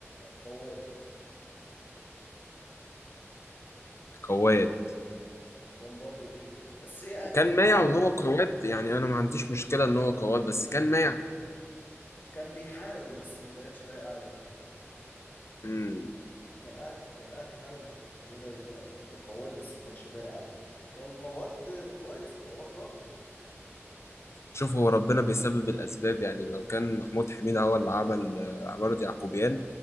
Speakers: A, on the left; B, on the left.
A: قواد
B: قواد
A: وكان برضو ايه بس ايه آه،
B: وكان
A: كان قواد
B: مايع وهو قواد يعني انا ما عنديش مشكلة ان هو قواد بس كان مايع
A: كان بيحاول بس ما كانتش لايقة عليه
B: مم.
A: كان قاعد كان قاعد يحاول محمود حميدة يبقى يبقى قواد بس ما كانتش لايقة عليه كان قواد كويس قواد راجل
B: شوف هو ربنا بيسبب الأسباب يعني لو كان محمود حميدة هو اللي عمل آه، عمارة يعقوبيان